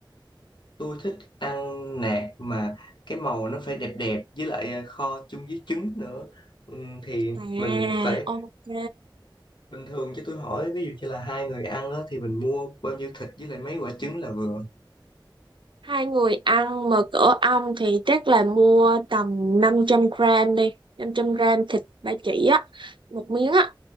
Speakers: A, on the left (about 65°); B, on the right (about 70°).
A: tôi thích ăn nạc mà cái màu nó phải đẹp đẹp với lại à, kho chung với trứng nữa ừ, thì
B: à
A: mình phải
B: ok
A: bình thường chứ tôi hỏi ví dụ như là hai người ăn á, thì mình mua bao nhiêu thịt với lại mấy quả trứng là vừa
B: hai người ăn mà cỡ ong thì chắc là mua tầm 500 gram đi 500 gram thịt ba chỉ á một miếng á